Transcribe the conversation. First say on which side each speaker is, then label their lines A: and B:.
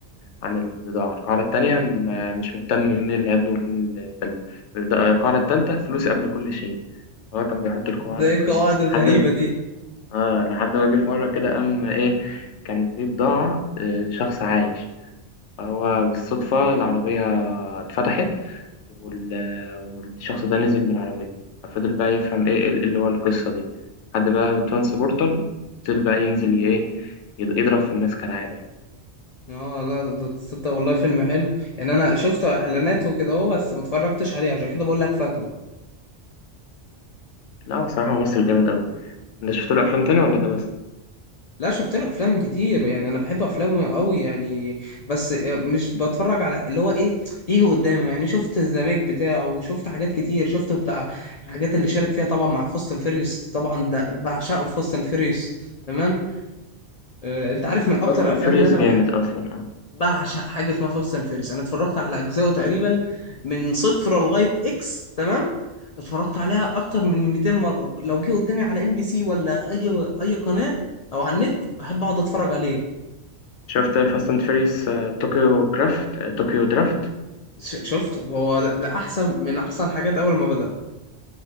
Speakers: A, on the left (about 80°); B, on the left (about 65°).
A: عن البضاعة القاعدة التانية ما مش مهتم مين اللي هياخده ومين التالتة القاعدة التالتة فلوس قبل كل شيء هو كان بيحط القواعد
B: ده ايه
A: والكلام
B: القواعد
A: ده لحد
B: الغريبة
A: ما
B: دي
A: آه لحد ما جه في مرة كده قام إيه كان في بضاعة آه، شخص عايش فهو بالصدفة العربية اتفتحت وال... والشخص ده نزل من العربية ففضل بقى يفهم ايه إيه اللي ورا القصة دي لحد بقى ترانسبورتر فضل بقى ينزل ي- ايه يض- يضرب في الناس كالعادة يعني
B: اه لا ده تصدق والله فيلم حلو يعني انا شفت اعلاناته كده اهو بس ما اتفرجتش عليه عشان كده بقول لك فاكره
A: لا هو الصراحة ممثل جامد أوي انت شفت له أفلام تاني ولا ده بس؟
B: لا شفت له افلام كتير يعني انا بحب افلامه قوي يعني بس مش بتفرج على اللي هو ايه يجي قدامي يعني شفت الزمج بتاعه وشفت حاجات كتير شفت بتاع الحاجات اللي شارك فيها طبعا مع فاست اند فيريوس طبعا ده بعشقه في فاست اند فيريوس تمام آه انت عارف من اكتر
A: فاست
B: الافلام
A: اند فيريوس
B: اللي انا
A: جامد
B: بحب
A: أصلا اه
B: بعشق حاجه اسمها فاست اند فيريوس انا اتفرجت على اجزائه تقريبا من صفر لغايه اكس تمام اتفرجت عليها اكتر من 200 مره لو جه قدامي على ام بي سي ولا اي اي قناه او على النت بحب اقعد اتفرج عليه
A: شفت فاست اند فيريوس طوكيو كرافت طوكيو درافت
B: ش- شفته هو ده, ده احسن من احسن حاجات اول ما بدأ